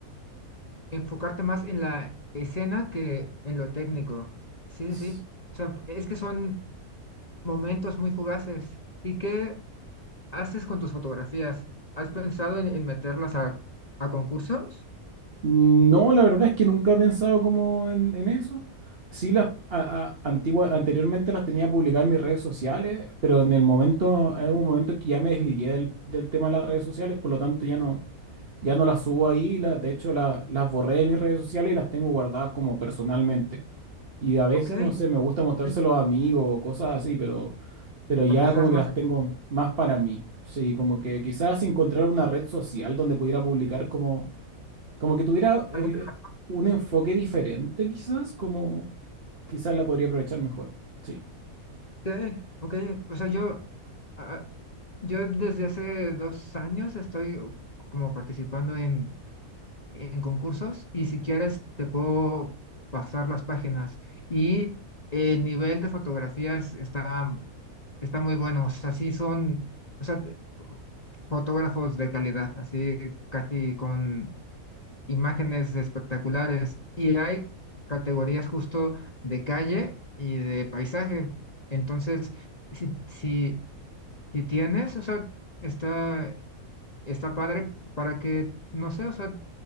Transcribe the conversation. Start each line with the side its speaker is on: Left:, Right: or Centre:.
Left: Enfocarte más en la escena que en lo técnico. Sí,
Right: Ujú.
Left: sí, sí. O sea, es que son momentos muy fugaces. ¿Y qué haces con tus fotografías? ¿Has pensado en, en meterlas a, a concursos?
Right: Mm, No, la verdad es que nunca he pensado como en, en eso. Sí, las a- a- antigua- anteriormente las tenía publicadas en mis redes sociales, pero en el momento, en un momento que ya me desligué del, del tema de las redes sociales, por lo tanto ya no, ya no las subo ahí. la- de hecho, la- las borré de mis redes sociales y las tengo guardadas como personalmente. Y a veces,
Left: Ok.
Right: no sé, me gusta mostrárselo
Left: Sí.
Right: a amigos o cosas así, pero, pero ya
Left: A personas
Right: como que
Left: más.
Right: las tengo más para mí. Sí, como que quizás encontrar una red social donde pudiera publicar como como que tuviera eh,
Left: ok.
Right: un enfoque diferente, quizás, como quizás la podría aprovechar mejor. Sí,
Left: Okay, ok, o sea, yo, ah, yo desde hace dos años estoy como participando en, en concursos y si quieres te puedo pasar las páginas y el nivel de fotografías está, está muy bueno, o sea, sí son, o sea, te- fotógrafos de calidad, así casi con imágenes espectaculares y hay categorías justo de calle y de paisaje. Entonces, si, si, si tienes, o sea, está, está padre para que, no sé, o sea,